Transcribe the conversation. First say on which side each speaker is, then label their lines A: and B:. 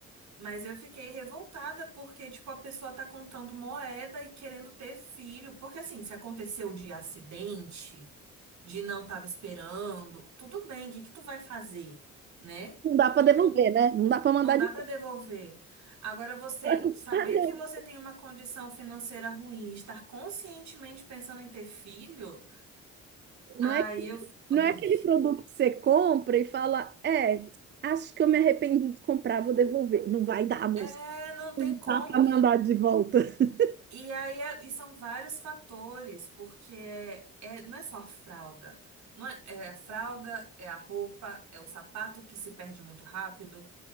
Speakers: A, on the right (about 65°); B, on the right (about 35°).
A: Mas eu fiquei revoltada porque, tipo, a pessoa tá contando moeda e querendo ter filho. Porque, assim, se aconteceu de acidente, de não tava esperando, tudo bem, o que que tu vai fazer, né?
B: Não dá para
A: Não,
B: devolver,
A: não,
B: né? Não dá para mandar
A: não dá
B: de
A: pra devolver. Agora, você
B: volta.
A: saber que você
B: <laughs>
A: tem uma condição financeira ruim, estar conscientemente pensando em ter filho,
B: Não
A: aí
B: é,
A: eu. Ai.
B: não é aquele produto que você compra e fala, é, acho que eu me arrependi de comprar, vou devolver. Não vai dar, moça.
A: É, não tem
B: Não
A: como.
B: dá para mandar de volta. <laughs>
A: E aí é- e são vários fatores, porque é, é- não é só a fralda. Não é, é a fralda, é a roupa, é o sapato que se perde muito rápido.